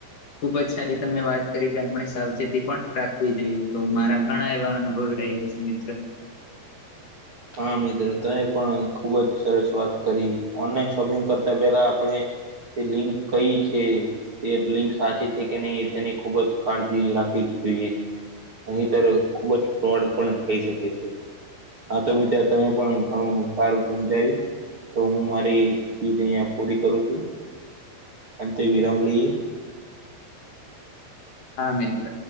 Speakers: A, on the left (about 45°); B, on the right (about 40°).
A: ખુબ જ સારી તમે વાત કરી કે આપણે સાવચેતી પણ રાખવી જોઈએ તો મારા ઘણા એવા અનુ ભવ રહીયા છે મિત્ર.
B: હા મિત્રો તમે પણ ખુબ જ સરસ વાત કરી ઓનલાઈન શોપિંગ કરતા પહેલા આપણે તે લિંક કઈ છે. તે લિંક સાચી છે કે નહીં તેની ખુબ જ કાળજી રાખવી જ જોઈએ. નહીતર ખુબ જ ફ્રોડ પણ થઈ શકે છે. હા તો મિત્ર તને પણ ઘણું સારું સમજાયું. તો હું મારી સ્પીચ અહયા પૂરી કરું છું, અંતે વિરામ લઈએ.
A: હા મિત્ર.